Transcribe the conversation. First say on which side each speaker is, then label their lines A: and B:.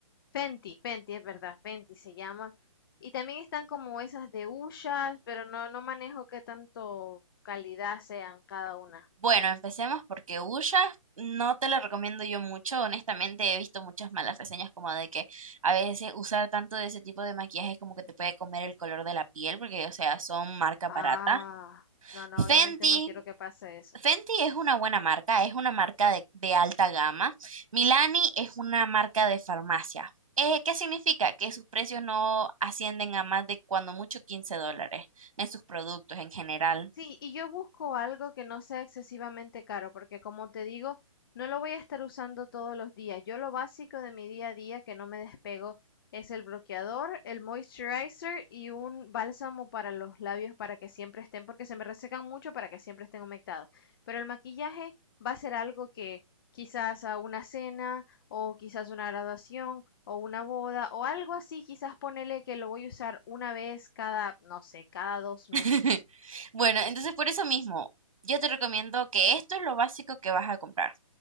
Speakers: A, on the left; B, on the right.
A: Fenty, Fenty es verdad, Fenty se llama. Y también están como esas de Ushas, pero no, no manejo qué tanto calidad sean cada una.
B: Bueno, empecemos porque Ulla no te la recomiendo yo mucho. Honestamente, he visto muchas malas reseñas como de que a veces usar tanto de ese tipo de maquillaje es como que te puede comer el color de la piel, porque, o sea, son marca
A: Ah,
B: barata.
A: no, no,
B: Fenty,
A: obviamente no quiero que pase eso.
B: Fenty es una buena marca, es una marca de, de alta gama. Milani es una marca de farmacia. Eh, ¿qué significa? Que sus precios no ascienden a más de cuando mucho 15 dólares en sus productos en general.
A: Sí, y yo busco algo que no sea excesivamente caro, porque como te digo, no lo voy a estar usando todos los días. Yo lo básico de mi día a día que no me despego es el bloqueador, el moisturizer y un bálsamo para los labios para que siempre estén, porque se me resecan mucho para que siempre estén humectados. Pero el maquillaje va a ser algo que quizás a una cena o quizás una graduación o una boda o algo así, quizás ponele que lo voy a usar una vez cada, no sé, cada dos
B: <laughs>
A: meses.
B: Bueno, entonces por eso mismo, yo te recomiendo que esto es lo básico que vas a comprar.